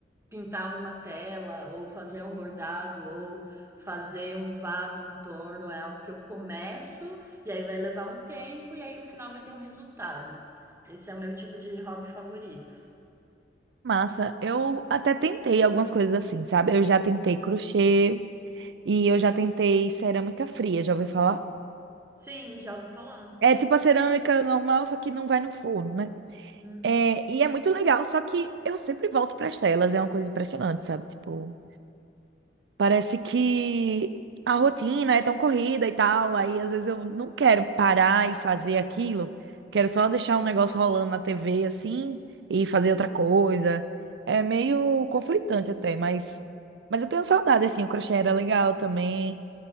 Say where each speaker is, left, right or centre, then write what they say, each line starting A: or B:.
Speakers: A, on the right; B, on the right.
A: pintar uma tela, ou fazer um bordado, ou fazer um vaso no torno, é algo que eu começo e aí vai levar um tempo e aí no final vai ter um resultado. Esse é o meu tipo de hobby favorito.
B: Massa. Eu até tentei algumas coisas assim, sabe? Eu já tentei crochê e eu já tentei cerâmica fria, já ouvi falar?
A: Sim, já ouvi falar.
B: É tipo a cerâmica normal, só que não vai no forno, né?
A: Uhum.
B: É, e é muito legal, só que eu sempre volto para as telas, é uma coisa impressionante, sabe? Tipo, parece que a rotina é tão corrida e tal, aí às vezes eu não quero parar e fazer aquilo, quero só deixar um negócio rolando na TV assim e fazer outra coisa. É meio conflitante até, mas mas eu tenho saudade assim, o crochê era legal também.